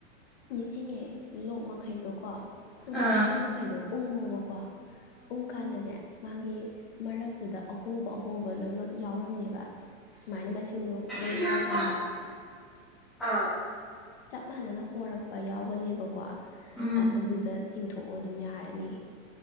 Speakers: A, on the left; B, in the centre.
A: ꯅꯤꯡꯁꯤꯡꯉꯦ ꯂꯣꯛ ꯃꯈꯩꯗꯣ ꯀꯣ ꯨꯝ
B: ꯑꯥ
A: ꯃꯁꯤꯡ ꯃꯈꯩꯗꯣ ꯎꯪꯉꯣꯕꯀꯣ ꯎꯪꯀꯥꯟꯗꯅꯦ ꯃꯥꯒꯤ ꯃꯔꯛꯇꯨꯗ ꯑꯍꯣꯕ ꯑꯍꯣꯕ ꯐ ꯂꯣꯏꯅꯃꯛ ꯌꯥꯎꯔꯝꯅꯦꯕ ꯁꯨꯃꯥꯏꯅ ꯃꯁꯤꯡꯗ ꯂꯣꯏ
B: ꯑꯥ
A: ꯎꯪꯉꯀꯥꯟꯗ
B: ꯑꯥ
A: ꯆꯞ ꯃꯥꯟꯅꯅ ꯍꯣꯔꯛꯄ ꯌꯥꯎꯒꯅꯦꯕꯀꯣ
B: ꯎꯝ
A: ꯑꯗꯨꯗ ꯆꯤꯡꯊꯣꯛꯑꯣ ꯑꯗꯨꯝ ꯌꯥꯔꯅꯤ